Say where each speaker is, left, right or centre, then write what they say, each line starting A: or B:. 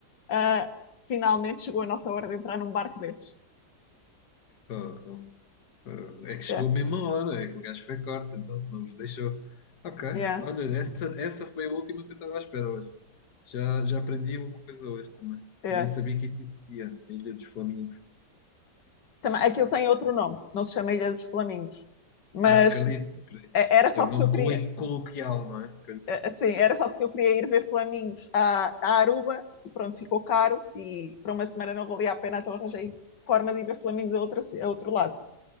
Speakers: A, on the left; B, on the left.
A: Uh, finalmente chegou a nossa hora de entrar num barco desses.
B: Fogo. É que chegou
A: Yeah,
B: mesmo a hora, é que o gajo foi corte, então se não vos deixou. Ok,
A: yeah,
B: olha, essa, essa foi a última que eu estava à espera hoje. Já, já aprendi uma coisa hoje também.
A: yeah.
B: Nem sabia que isso existia, a Ilha dos Flamingos.
A: Também, aquilo tem outro nome, não se chama Ilha dos Flamingos, mas
B: Ah, acredito, acredito.
A: É, Era
B: Isto
A: só
B: é o
A: porque
B: nome
A: eu queria,
B: coli- coloquial, não é?
A: é, assim, era só porque eu queria ir ver flamingos a, a Aruba e pronto, ficou caro e para uma semana não valia a pena, então arranjei forma de ir ver flamingos a outro, a outro lado.